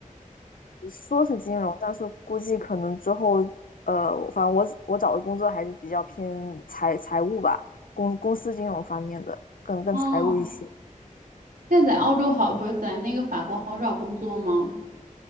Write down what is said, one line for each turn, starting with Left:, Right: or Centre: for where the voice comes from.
Left: 说是金融，但是估计可能之后，呃，反正我我找的工作还是比较偏财财务吧，公公司金融方面的，更更财务一些。
Right: 哦，现在在澳洲好，不是在那个法国好找工作吗？